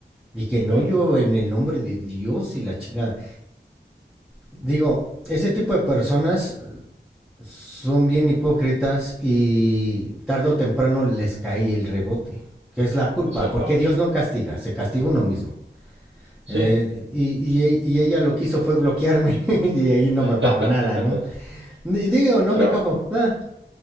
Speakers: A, in the centre; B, on the right (about 85°).
A: Y que
B: Ok,
A: no yo en el nombre de Dios y la chingada. Digo, ese tipo de personas son bien hipócritas y tarde o temprano les cae el rebote, que es la culpa,
B: exactamente.
A: porque Dios no castiga, se castiga uno mismo. Eh,
B: Sí,
A: y, y, y, ella lo que hizo fue bloquearme <laughs> y ahí no me
B: <laughs>
A: pagó nada, ¿no? Y digo, no
B: pero
A: me cago Ah,